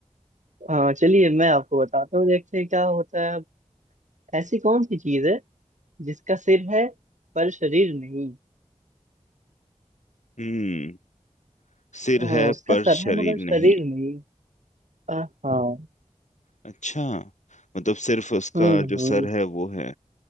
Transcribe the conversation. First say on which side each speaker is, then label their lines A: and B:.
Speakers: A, on the right (about 80°); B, on the left (about 75°).
A: हाँ चलिए मैं आपको बताता हूँ देखते हैं क्या होता है अब ऐसी कौन सी चीज है जिसका सिर है पर शरीर नहीं
B: हम्म सिर
A: हाँ
B: है
A: उसका
B: पर
A: सर
B: शरीर
A: है मगर शरीर
B: नहीं
A: नहीं अ, हाँ
B: अच्छा मतलब सिर्फ उसका
A: हम्म
B: जो
A: हम्म
B: सर है वो है